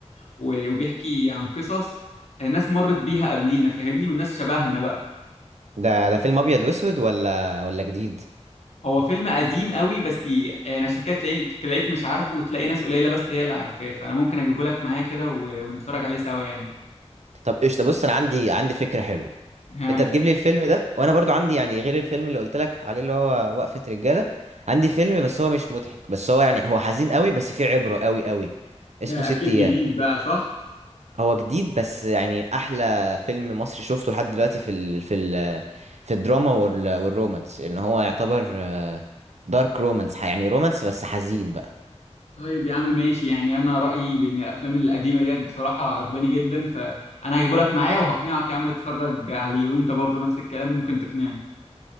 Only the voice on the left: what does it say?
و- وبيحكي عن قصص ناس مرت بيها قبلينا فاهمني والناس شبهنا بقى
هو فيلم قديم قوي بس ي- يعني عشان كده تلاقي تلاقيك مش عارفه وتلاقي ناس قليلة بس هي اللي عارفاه فانا ممكن اجيبه لك معايا كده و... ونتفرج عليه سوا يعني
ها
ده
اكيد
جديد بقى صح
طيب يا عم ماشي يعني انا رايي بان الافلام القديمه ديت بصراحه عجباني جدا فانا هجيبه لك معايا وهقنعك يا عم تتفرج عليه وانت برضو نفس الكلام ممكن تقنعني